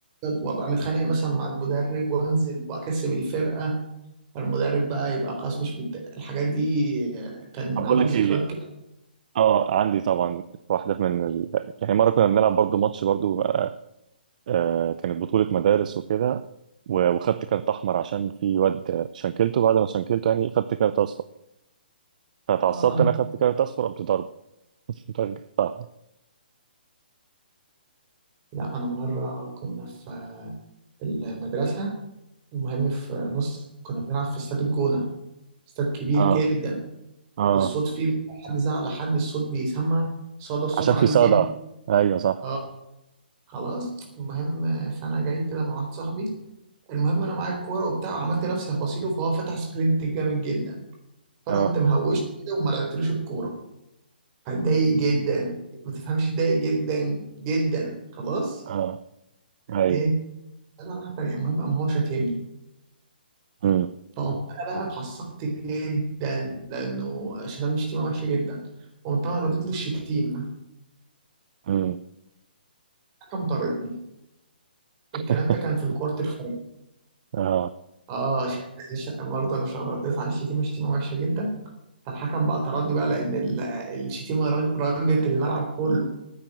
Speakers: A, on the right; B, on the right.
A: وابقى متخانق مثلا مع المدرب وانزل واكسب الفرقه فالمدرب بقى يبقى خلاص مش متضايق الحاجات دي آه، كان
B: طب
A: عندك
B: بقول لك
A: ذكريات
B: ايه
A: كده
B: اه عندي طبعا واحده من ال... يعني مره كنا بنلعب برضو ماتش برضو بقى آه كانت بطوله مدارس وكده و- وخدت كارت احمر عشان في واد شنكلته بعد ما شنكلته يعني خدت كارت اصفر فتعصبت
A: اه
B: انا خدت كارت اصفر قمت ضربه <laughs> ضربة صح.
A: لا أنا مرة كنا في في المدرسة المهم في نص كنا بنلعب في استاد الجونة استاد كبير
B: اه
A: جدا
B: اه
A: والصوت فيه بقى حد زعق لحد الصوت بيسمع صدى الصوت
B: عشان
A: عالي
B: في صدع
A: جدا
B: ايوه صح
A: اه خلاص المهم فأنا جاي كده مع واحد صاحبي المهم أنا معايا الكورة وبتاع وعملت نفسي هبصيله فهو فتح سبرنت جامد جدا فأنا
B: اه
A: قمت مهوش كده وما لعبتلوش الكورة فاتضايق جدا ما تفهمش اتضايق جدا جدا خلاص
B: اه ايوه
A: ايه انا راح تاني المهم قام هو شتمني
B: امم
A: فقمت انا بقى اتعصبت جدا لانه شتمني شتيمه وحشه جدا قمت انا رديت له الشتيمه
B: امم
A: كم طردني الكلام
B: <laughs>
A: ده كان في الكوارتر فاينل
B: اه
A: اه ش- ش- برضه انا ش- رديت عليه الشتيمه شتيمه وحشه جدا فالحكم بقى طردني بقى لان ال- الشتيمه رج- رجت الملعب كله